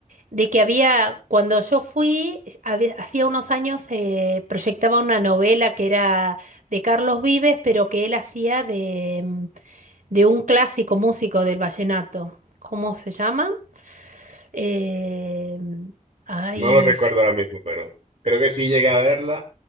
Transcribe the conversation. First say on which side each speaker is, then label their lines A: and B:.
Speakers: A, on the right; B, on the right.
A: de que había, cuando yo fui, había- hacía unos años se proyectaba una novela que era de Carlos Vives, pero que él hacía de, mm, de un clásico músico del vallenato. ¿Cómo se llama? Eh, ay,
B: No lo recuerdo ahora mismo, pero creo que sí llegué a verla,